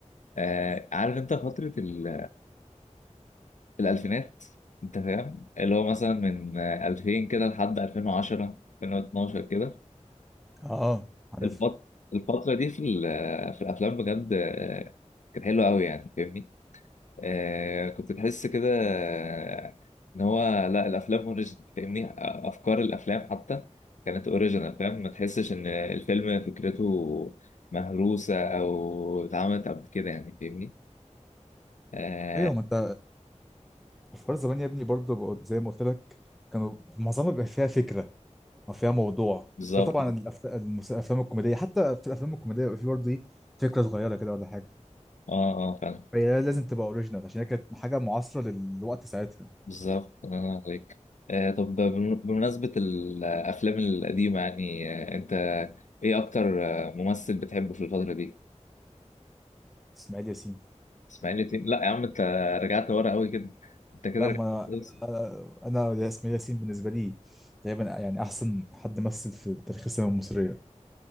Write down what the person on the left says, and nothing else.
آه، عارف انت فتره ال... الألفينات أنت فاهم اللي هو مثلا من آه، 2000 كده لحد 2010 2012 كده
الفت... الفترة دي في ال... آه، في الأفلام بجد آه، كانت حلوة أوي يعني فاهمني آه كنت تحس كده آه، إن هو لا الأفلام أوريجينال فاهمني آه، أفكار الأفلام حتى كانت أوريجينال فاهم ما تحسش إن الفيلم فكرته مهروسة أو اتعملت قبل كده يعني فاهمني آه
بالظبط
اه اه
بالظبط الله ينور عليك آه طب بم- بمناسبة الأفلام القديمة يعني آه أنت إيه أكتر آه، ممثل بتحبه في الفترة دي؟
إسماعيل ياسين؟ لا يا عم أنت رجعت ورا قوي كده أنت كده
رجعت
كويس